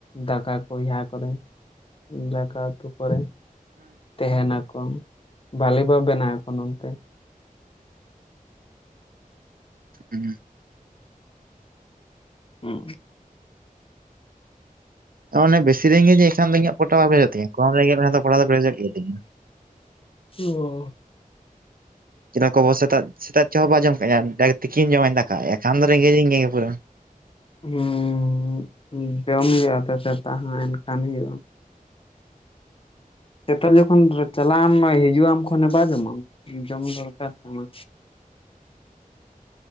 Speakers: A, on the left; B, on the right.
A: ᱫᱟᱠᱟ ᱠᱚ ᱠᱚᱨᱮ ᱫᱟᱠᱟ ᱩᱛᱩ ᱠᱚᱨᱮ ᱛᱮᱦᱮᱱᱟᱠᱚ ᱵᱷᱟᱞᱮ ᱵᱚ ᱵᱮᱱᱟᱣ ᱟᱠᱚ ᱱᱚᱱᱛᱮ
B: ᱦᱮᱸ
A: ᱦᱩᱸ
B: ᱚᱱᱮ ᱵᱮᱥᱤ ᱨᱮᱸᱜᱮᱫᱤᱧ ᱮᱱᱠᱷᱟᱱ ᱫᱚ ᱤᱧᱟᱹᱜ ᱯᱚᱴᱟᱣ ᱵᱟᱝ ᱵᱷᱨᱮᱡᱚᱜ ᱛᱤᱧᱟᱹ ᱠᱚᱢ ᱨᱮᱸᱜᱮᱡᱮᱫ ᱞᱮᱠᱷᱟᱱ ᱫᱚ ᱯᱚᱴᱟᱣ ᱫᱚ ᱯᱨᱮᱡᱚᱜ ᱜᱮ ᱛᱤᱧᱟ
A: ᱚ
B: ᱪᱮᱫ ᱞᱮᱠᱟ ᱠᱷᱵᱚ ᱥᱮᱛᱟᱜ ᱥᱮᱛᱟᱜ ᱪᱦ ᱦᱚᱸ ᱵᱟᱭ ᱡᱚᱢ ᱠᱟᱜᱤᱧ ᱛᱤᱠᱤᱱ ᱡᱚᱢᱟᱧ ᱫᱟᱠᱟ ᱮᱱᱠᱷᱟᱱ ᱫᱚ ᱨᱮᱸᱜᱮᱡᱤᱧ ᱜᱮᱭᱟ ᱯᱩᱨᱟᱹ
A: ᱦᱩᱸ ᱡᱚᱢ ᱦᱩᱭᱩᱜᱼᱟ ᱛᱚ ᱥᱮ ᱛᱚ ᱮᱱᱠᱷᱟᱱ ᱦᱩᱭᱩᱜᱼᱟ ᱥᱮᱛᱟᱜ ᱡᱚᱠᱷᱚᱱ ᱪᱟᱞᱟᱜ ᱟᱢ ᱦᱤᱡᱩᱜ ᱟᱢ ᱠᱷᱚᱱᱮ ᱵᱟ ᱡᱚᱢᱼᱟ ᱡᱚᱢ ᱫᱚᱨᱠᱟᱨ ᱠᱟᱱᱟ